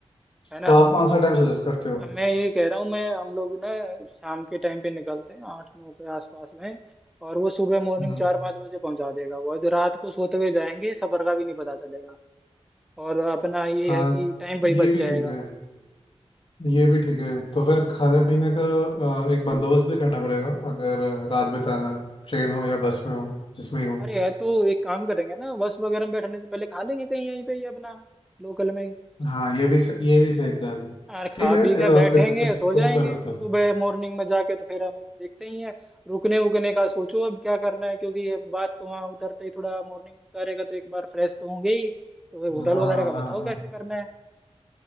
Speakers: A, in the centre; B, on the left.
A: है ना
B: तो आप कौन सा टाइम सजेस्ट करते हो
A: मैं ये कह रहा हूँ मैं हम लोग ना शाम के टाइम पे निकलते हैं आठ नौ के आसपास में और वो सुबह मॉर्निंग
B: हम्म
A: चार पाँच बजे पहुंचा देगा वो और जो रात को सोते हुए जाएंगे सफर का भी नहीं पता चलेगा और अपना ये
B: हाँ
A: है कि टाइम भाई
B: ये
A: बच
B: भी
A: जाएगा
B: ठीक है ये भी ठीक है तो फिर खाने पीने का अ, एक बंदोबस्त भी करना पड़ेगा अगर रात बिताना है, ट्रेन हो या बस में हो जिसमें ही हो
A: अरे यार तो एक काम करेंगे ना बस वगैरह में बैठने से पहले खा लेंगे कहीं यहीं पे ही अपना लोकल में
B: हाँ ये भी स- ये भी सही प्लान है
A: यार खा
B: ठीक है अ,
A: पी के बैठेंगे
B: इस इसको
A: सो जाएंगे
B: कर सकता हूँ
A: सुबह मॉर्निंग में जाके तो फिर हम देखते ही हैं रुकने उकने का सोचो अब क्या करना है क्योंकि ये बात तो वहाँ उतरते ही थोड़ा मॉर्निंग में उतारेगा तो एक बार फ्रेश तो होंगे ही तो होटल
B: हाँ
A: वगैरह का
B: हाँ
A: बताओ
B: हाँ
A: कैसे करना है